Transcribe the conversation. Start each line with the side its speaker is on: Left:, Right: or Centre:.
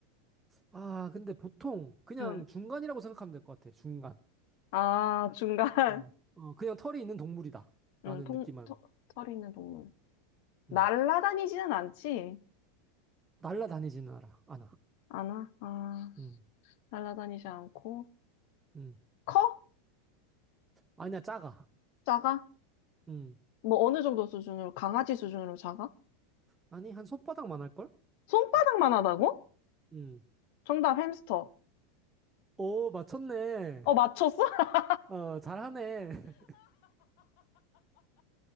Right: 아, 근데 보통 그냥
Left: 응.
Right: 중간이라고 생각하면 될 것 같아. 중간.
Left: 아, 중간. <laughs>
Right: 어, 어, 그냥 털이 있는 동물이다.
Left: 응,
Right: 라는
Left: 통,
Right: 느낌만.
Left: 터, 털이 있는 동물. 날라다니지는
Right: 음.
Left: 않지?
Right: 날라다니지는 않아. 않아.
Left: 않아? 아,
Right: 음.
Left: 날라다니지 않고.
Right: 음.
Left: 커?
Right: 아니야, 작아.
Left: 작아?
Right: 음.
Left: 뭐 어느 정도 수준으로? 강아지 수준으로 작아?
Right: 아니, 한 손바닥만 할걸?
Left: 손바닥만 하다고?
Right: 음.
Left: 정답 햄스터.
Right: 오, 맞췄네.
Left: 어, 맞췄어? <laughs>
Right: 어, 잘하네. <laughs>